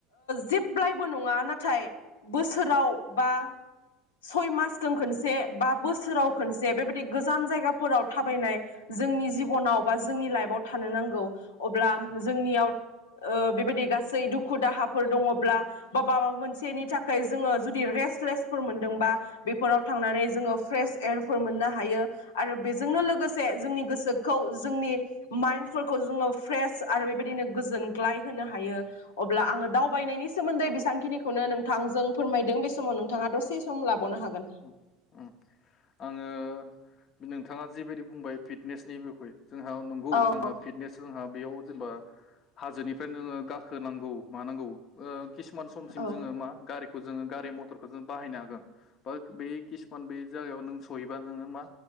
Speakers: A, on the left; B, on the left.
A: जेब्लायबो नङा नाथाय बोसोराव बा सय मासजों खनसे बा बोसोराव खनसे बेबायदि गोजान जायगाफोराव थाबायनाय जोंनि जिबनाव बा जोंनि लाइफआव थानो नांगौ अब्ला जोंनियाव ओ बेबायदि गा गासै दुखु दाहाफोर दङब्ला बा माबा मोनसेनि थाखाय जोङो जुदि रेस्टलेसफोर मोनदोंबा बेफोराव थांनानै जोङो फ्रेस एयारफोर मोननो हायो आरो बेजोंनो लोगोसे जोंनि गोसोखौ जोंनि माइन्डफोरखौ जोङो फ्रेस आरो बेबायदिनो गोजोनग्लाय होनो हायो अब्ला आङो दावबायनायनि सोमोन्दै बेसेबांखिनिखौनो नोंथांजों फोरमाय दों बे समाव नोंथाङा दसे सम लाबावनो हागोन।
B: ओ ओम आङो नोंथाङा जिबायदि बुंबाय फिटनेसनि बिखय जोंहा नंगौ
A: औ
B: जोंहा फिटनेस जोंहा बेयाव जेनेबा हाजोनिफ्रायनो नोङो गाखोनांगौ मानांगौ ओ किसुमान समसिम
A: औ
B: जोङो मा गारि खौ जोङो गारि मथरखौ जों बाहायनो हागो बो बे किसुमान बे। जायगायाव नों सहैबा नोङो मा